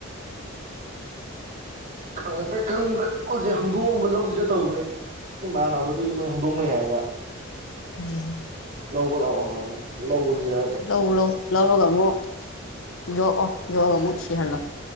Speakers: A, on the right (about 35°); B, on the left (about 70°).
A: ꯈꯪꯗ꯭ꯔꯦ ꯈꯪꯗ꯭ꯔꯦ ꯍꯧꯖꯤꯛ ꯍꯪꯗꯣꯛꯑꯝꯕ ꯂꯧꯁꯤꯗ ꯇꯧꯕꯅꯦ ꯏꯃꯥꯟꯅꯕꯗꯨ ꯃꯣꯏ ꯍꯧꯗꯣꯡꯅꯩ ꯍꯥꯏꯕ
B: ꯎꯝ
A: ꯂꯧꯕ ꯂꯥꯛꯑꯣꯕꯅꯦ ꯂꯧꯕꯁꯤꯗ
B: ꯂꯧ ꯂꯧ ꯂꯧꯔꯒ ꯑꯃꯨꯛ ꯌꯣꯛꯑꯣ ꯌꯣꯛꯑꯒ ꯑꯃꯨꯛ ꯁꯤꯍꯜꯂꯣ